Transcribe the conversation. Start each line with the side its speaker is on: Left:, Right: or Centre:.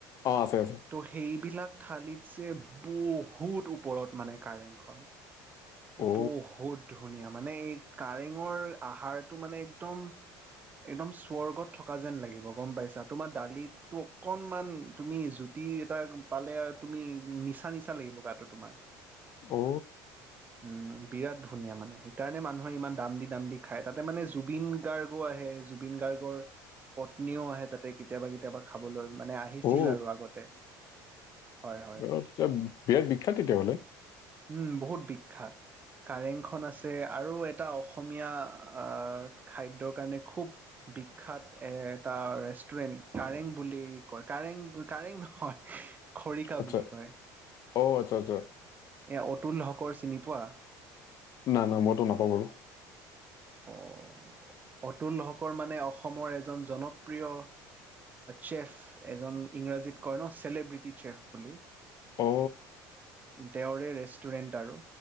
Left: অ' আছে আছে।
Right: ত' সেইবিলাক থালিত যে বহুত ওপৰত মানে কাৰেংখন।
Left: অ
Right: বহুত ধুনীয়া মানে এই কাৰেঙৰ আহাৰটো মানে একদম একদম স্বৰ্গত থকা যেন লাগিব গম পাইছা? তোমাৰ দালিতটো অকণমান তুমি জুতি এটা পালে আৰু তুমি নিচা নিচা লাগিব গাটো তোমাৰ।
Left: অ
Right: উম, বিৰাট ধুনীয়া মানে, সেইকাৰণে মানুহে ইমান দাম দি দাম দি খায়। তাতে মানে জুবিন গাৰ্গো আহে। জুবিন গাৰ্গৰ পত্নীও আহে তাতে কেতিয়াবা কেতিয়াবা খাবলৈ মানে। আহ আহিছিল
Left: অ অ,
Right: আৰু আগতে। হয় হয়
Left: তেতিয়া বিৰাট বিখ্যাত তেতিয়াহ'লে?
Right: উম, বহুত বিখ্যাত। কাৰেংখন আছে, আৰু এটা অসমীয়া আহ খাদ্যৰ কাৰণে খুব বিখ্যাত এ এটা ৰেষ্টুৰেণ্ট কাৰেং বুলি কয় কাৰেং কাৰেং নহয়। খৰিকা
Left: আচ্ছা
Right: বুলি কয়।
Left: অ' আচ্ছা আচ্ছা।
Right: এ অতুল হকৰ চিনি পোৱা?
Left: নাই নাই মইতো নাপাওঁ বাৰু।
Right: আহ অতুল হকৰ মানে, অসমৰ এজন জনপ্ৰিয় চেফ এজন ইংৰাজীত কয় ন চছেলেব্ৰিটি চেফ বুলি।
Left: অ
Right: তেওঁৰে ৰেষ্টুৰেন্ট আৰু।